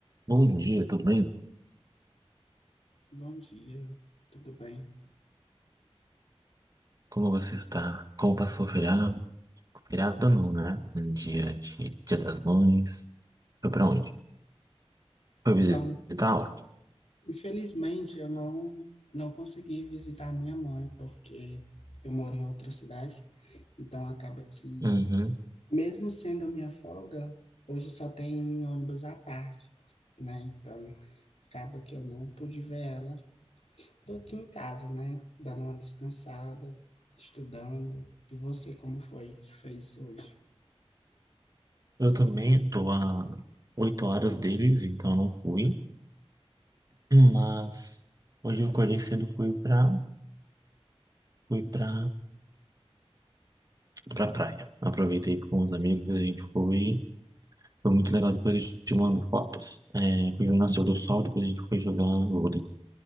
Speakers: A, on the right (about 35°); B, on the left (about 75°).
A: Bom dia, tudo bem?
B: Bom dia, tudo bem?
A: Como você está? Como passou o feriado? Feriado não, né? Um dia de Dia das Mães. Foi pra onde? Foi visitá-la?
B: Então, infelizmente eu não não consegui visitar minha mãe porque eu moro em outra cidade. Então acaba que
A: Uhum.
B: mesmo sendo a minha folga, hoje só tem ônibus à tarde, né? Então acaba que eu não pude ver ela. Tô aqui em casa, né? Dando uma descansada, estudando. E você, como foi que fez hoje?
A: Eu também tô a oito horas deles, então não fui. Mas hoje eu acordei cedo, fui pra, fui pra, pra praia. Aproveitei com os amigos, a gente foi. Foi muito legal, depois eu te mando fotos. É, foi o nascer do sol, depois a gente foi jogar vôlei.